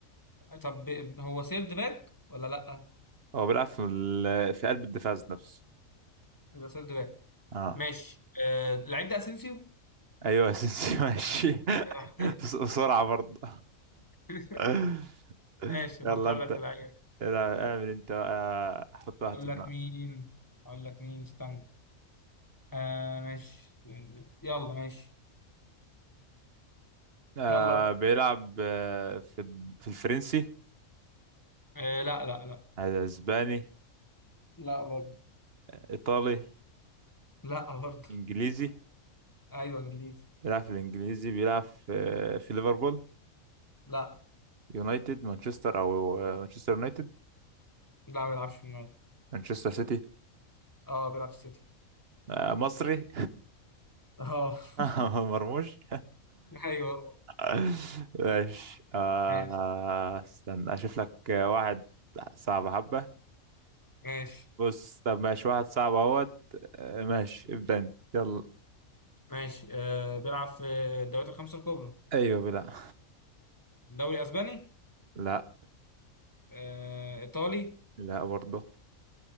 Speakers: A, on the left; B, on the right.
A: طب هو سيرد باك ولا لأ؟
B: هو بيلعب في ال- في قلب الدفاع ذات نفسه
A: يبقى سيرد باك
B: اه
A: ماشي آه اللعيب ده أسينسيو
B: ايوه اسينسيو ماشي
A: آه.
B: <laughs> بس- بسرعة برضه
A: <laughs>
B: <laughs>
A: ماشي
B: يلا
A: أفكر
B: انت
A: لك في لعيب
B: العب- اعمل انت بقى حط
A: أقول
B: واحد في
A: لك
B: دماغك
A: مين أقول لك مين استنى آه ماشي يلا ماشي
B: آه
A: يلا
B: بيلعب آه، في في الفرنسي
A: آه لا لا لا
B: آه، اسباني
A: لا برضه
B: ايطالي
A: لا برضه
B: انجليزي
A: أيوه إنجليزي
B: بيلعب في الانجليزي بيلعب في آه، في ليفربول
A: لا
B: يونايتد مانشستر او آه، مانشستر يونايتد
A: لا ما بيلعبش في النادي
B: مانشستر سيتي
A: اه بيلعب في السيتي
B: آه مصري
A: اه
B: <laughs>
A: <laughs>
B: مرموش
A: ايوه
B: <laughs> ماشي آه
A: ماشي
B: استنى اشوف لك واحد صعب حبة
A: ماشي
B: بص طب ماشي واحد صعب اهوت آه، ماشي ابدأ انت يلا
A: ماشي آه بيلعب في الدوريات الخمسة الكبرى
B: ايوه بلا
A: دوري اسباني
B: لا
A: آه ايطالي
B: لا برضه